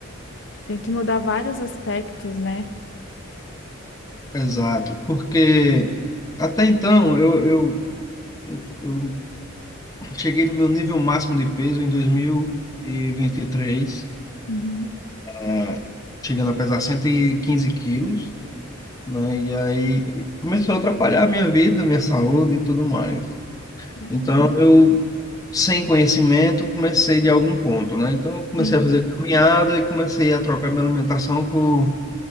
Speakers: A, on the left; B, on the left.
A: tem que mudar vários aspectos, né?
B: Exato, porque até então eu, eu, eu, eu cheguei no meu nível máximo de peso em dois mil e e vinte e três
A: uhum,
B: ah, chegando a pesar 115 quilos, né? E aí começou a atrapalhar a minha vida, minha saúde e tudo mais.
A: É,
B: Então eu, sem conhecimento, comecei de algum ponto, né? Então eu comecei
A: Sim,
B: a fazer caminhada e comecei a trocar minha alimentação por